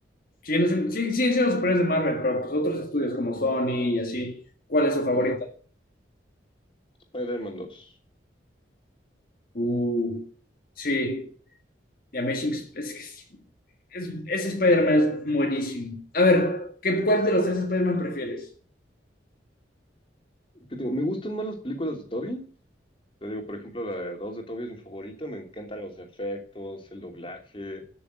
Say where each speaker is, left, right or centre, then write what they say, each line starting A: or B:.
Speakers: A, on the left (about 50°); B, on the left (about 30°).
A: siguen siendo, sí, siguen siendo superiores de Marvel, pero pues otros estudios como Sony y así, ¿cuál es su favorita?
B: Mm, Spider-Man 2.
A: Uh, sí. The Amazing es que es- es- ese Spider-Man es buenísimo. A ver, ¿qué, cuál de los tres Spider-Man prefieres?
B: ¿Qué te digo? Me gustan más las películas de Toby. Te digo, por ejemplo, la de 2 de Toby es mi favorita. Me encantan los efectos, el doblaje,